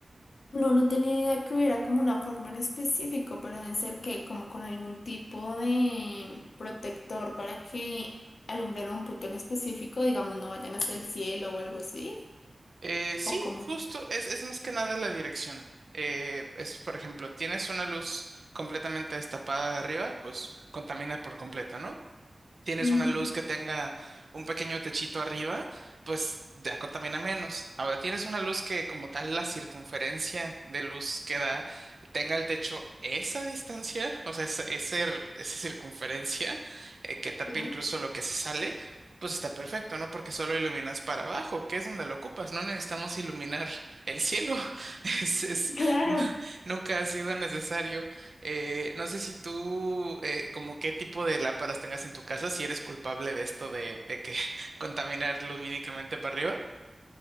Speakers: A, on the left; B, on the right.
A: No, no tenía idea que hubiera como una forma en específico, pero deben ser que como con algún tipo de protector para que alumbren un punto en específico, digamos, no vayan hacia el cielo o algo así,
B: Eh, sí,
A: o como...
B: justo, es, es más que nada la dirección. Eh, es, por ejemplo, tienes una luz completamente destapada de arriba, pues contamina por completo, ¿no? tienes
A: Ujú.
B: una luz que tenga un pequeño techito arriba, pues ya contamina menos. Ahora tienes una luz que como tal la circunferencia de luz que da tenga el techo esa distancia, o sea, esa, ese r- esa circunferencia eh, que tape
A: Sí.
B: incluso lo que se sale, pues está perfecto, ¿no? Porque solo iluminas para abajo, que es donde lo ocupas, no necesitamos iluminar el cielo. <laughs> Es, es,
A: Claro.
B: <laughs> nunca ha sido necesario eh, no sé si tú, eh, como qué tipo de lámparas tengas en tu casa, si eres culpable de esto de, de que <laughs> contaminar lumínicamente para arriba.